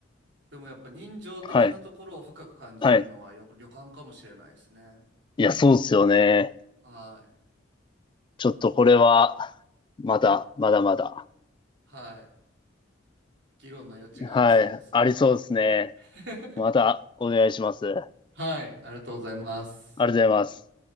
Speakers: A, on the right; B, on the left.
A: でもやっぱ人情的なところを深く感じるのはよ旅館かもしれないですね。
B: はい。はい。いや、そうですよね。
A: はい。
B: ちょっとこれは、まだ、まだまだ。
A: はい。議論の余地がありそうですね。
B: はい。ありそうですね。
A: <laughs>
B: またお願いします。あり
A: はい。ありがとうございます。
B: がとうございます。